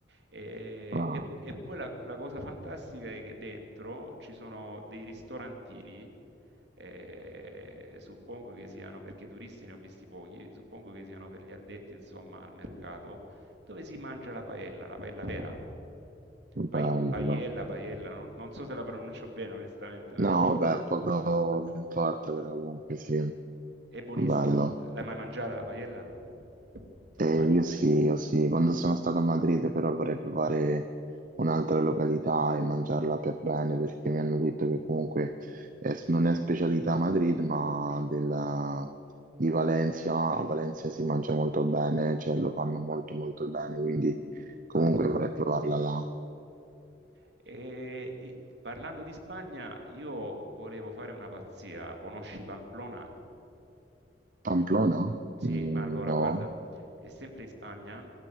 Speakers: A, on the right; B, on the right.
A: E,
B: Ah,
A: e- e poi la, la cosa fantastica è che dentro ci sono dei ristorantini, eh, suppongo che siano, perché turisti ne ho visti pochi, suppongo che siano per gli addetti, insomma, al mercato, dove si mangia la paella, la paella vera. Pai-
B: bello.
A: Paiella, paiella, non, non so se la pronuncio bene onestamente, però
B: No, vabbè, poco non importa, però comunque sì,
A: è buonissima.
B: bello.
A: L'hai mai mangiata la paiella? Pa-
B: Eh,
A: pa-
B: io sì, io sì, quando sono stato a Madrid però vorrei provare un'altra località e mangiarla per bene perché mi hanno detto che comunque eh, non è specialità a Madrid ma della- di Valencia, a Valencia si mangia molto bene, cioè lo fanno molto molto bene, quindi comunque vorrei provarla là.
A: E, e, parlando di Spagna, io volevo fare una pazzia. Conosci Pamplona?
B: Pamplona?
A: Sì,
B: Mm,
A: ma allora
B: No.
A: guarda, è sempre in Spagna